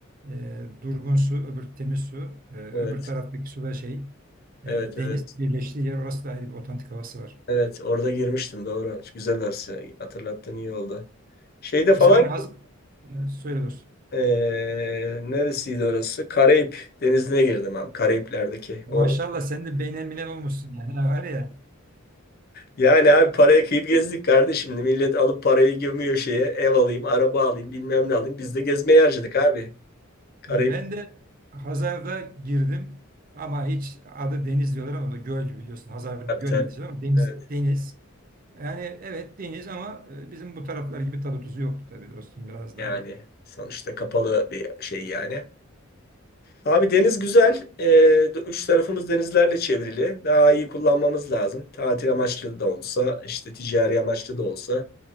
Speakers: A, on the right; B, on the left.
A: E, durgun su, öbür temiz su. E, öbür
B: evet,
A: taraftaki su ve şey e,
B: evet,
A: deniz
B: evet,
A: birleştiği yer. Orası da ayrı bir otantik havası var.
B: evet. Orada girmiştim doğru. Güzel orası. Hatırlattığın iyi oldu. Şeyde falan
A: Mesela ben hazır yani söyle dostum.
B: ee, neresiydi orası? Karayip Denizi'ne girdim abi. Karayipler'deki.
A: Maşallah
B: O-
A: sen de beynel minel olmuşsun yani. Ha, Var ya
B: Yani abi paraya kıyıp gezdik kardeşim. Millet alıp parayı gömüyor şeye. Ev alayım, araba alayım, bilmem ne alayım. Biz de gezmeye harcadık abi. Karayip
A: ben de Hazar'da girdim ama hiç adı deniz diyorlar ama o da göl gibi biliyorsun. Hazar
B: kapitali.
A: göl neticede ama deniz,
B: Evet,
A: deniz. Yani evet deniz ama e, bizim bu taraflar gibi tadı tuzu yoktu tabii dostum. Biraz daha
B: yani sonuçta kapalı bir şey yani. Abi deniz güzel. Ee, üç tarafımız denizlerle çevrili. Daha iyi kullanmamız lazım. Tatil amaçlı da olsa, işte ticari amaçlı da olsa